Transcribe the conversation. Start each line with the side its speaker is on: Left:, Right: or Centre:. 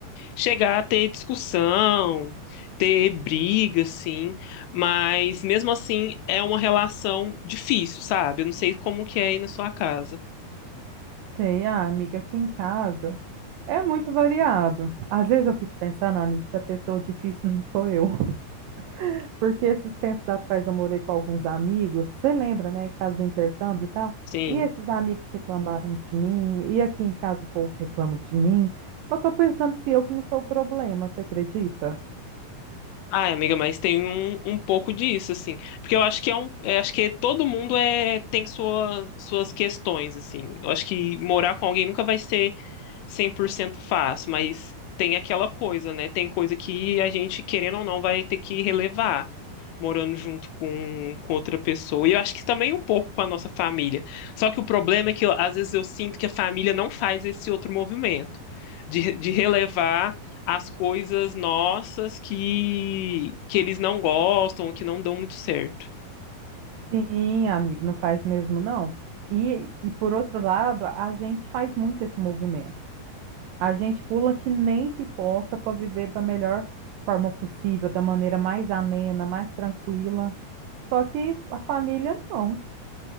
Left: chegar a ter discussão, ter briga, sim, mas mesmo assim é uma relação difícil, sabe? Eu não sei como que é aí na sua casa.
Right: Sei, ah, amiga, aqui em casa é muito variado. Às vezes eu fico pensando, "Ah, amiga, se a pessoa difícil não sou eu. <laughs> Porque esses tempos atrás eu morei com alguns amigos, você lembra, né? Casa do intercâmbio e tal.
Left: Sim.
Right: E esses amigos reclamaram de mim, e aqui em casa o povo reclama de mim. Eu tô pensando se eu que não sou o problema, você acredita?
Left: Ai, amiga, mas tem um, um pouco disso, assim. Porque eu acho que é um, eu acho que todo mundo é, tem sua, suas questões, assim. Eu acho que morar com alguém nunca vai ser 100% fácil, mas tem aquela coisa, né? Tem coisa que a gente, querendo ou não, vai ter que relevar. morando junto com, com outra pessoa. E eu acho que também um pouco com a nossa família. Só que o problema é que eu- às vezes eu sinto que a família não faz esse outro movimento de, de relevar as coisas nossas que, que eles não gostam, ou que não dão muito certo.
Right: Sim, amigo, não faz mesmo não. E, e por outro lado, a gente faz muito esse movimento. A gente pula que nem pipoca para viver da melhor forma possível, da maneira mais amena, mais tranquila. Só que a família não.